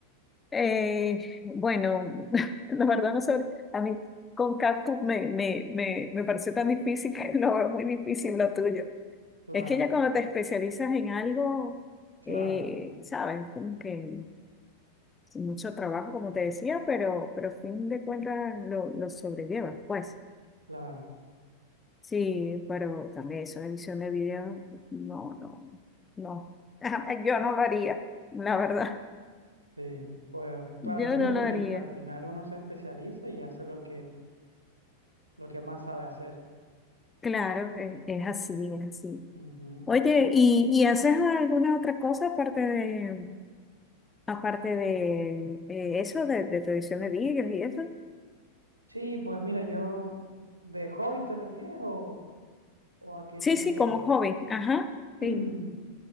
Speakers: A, on the left (about 15°); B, on the right (about 85°).
A: Eh, bueno, <laughs> la verdad no sé, a mí con cactus me, me, me, me pareció tan difícil <laughs> que lo veo muy difícil lo tuyo.
B: Claro,
A: Es que ya cuando te especializas en algo,
B: claro,
A: eh, sabes, como que es mucho trabajo, como te decía, pero, pero a fin de cuentas lo, lo sobrellevas, pues.
B: claro.
A: Sí, pero también eso, edición de video, no, no, no. <laughs> Yo no lo haría, la verdad.
B: Sí, pues claro,
A: Yo
B: es como
A: no
B: tú
A: lo haría.
B: dices, al final uno se especializa y hace lo que, lo que más sabe hacer.
A: Claro, es, es así, es así.
B: Ujú.
A: Oye, ¿y, y haces alguna otra cosa aparte de, aparte de eh, eso, de, de tu edición de vídeos y eso?
B: Sí, pues mira, yo, ¿de hobby te refieres o, o a qué
A: Sí,
B: te refieres?
A: sí, como hobby. Ajá, sí.
B: <clears throat>